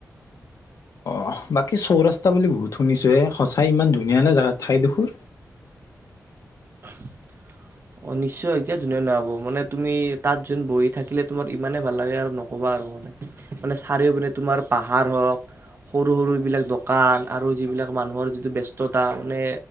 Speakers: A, on the left (about 75°); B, on the right (about 40°).
A: অ' বাকী চৌ ৰাস্তা বুলি বহুত শুনিছোঁয়ে সঁচাই ইমান ধুনীয়া নে জাগা ঠাইডোখৰ?
B: <inaudible> অ' নিশ্চয় কীয়া ধুনীয়া নহ'ব মানে তুমি তাত <unintelligible> বহি থাকিলে তোমাৰ ইমানেই ভাল লাগে আৰু নক'বা আৰু ম মানে চাৰিও পিনে তোমাৰ পাহাৰ হওক। সৰু, সৰুবিলাক দোকান আৰু যিবিলাক মানুহৰ যিটো ব্যস্ততা মানে।